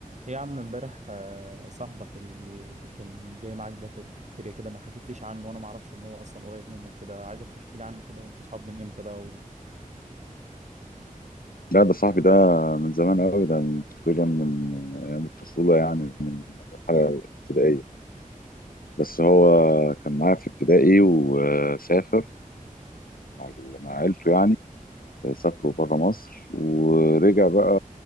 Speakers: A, on the right; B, on the left.
A: إيه يا عم امبارح آه، صاحبك اللي كان جاي معاك ده في الكافيتيريا كده ما حكيتليش عنه وانا ما اعرفش ان هو اصلا قريب منك كده عايزك تحكي لي عنه كده وانتوا صحاب من امتى بقى
B: لا ده صاحبي ده من زمان قوي ده من تقريبا من ايام الطفوله يعني من مرحله ابتدائيه بس هو كان معايا في ابتدائي وسافر مع مع عيلته يعني سافروا بره مصر ورجع بقى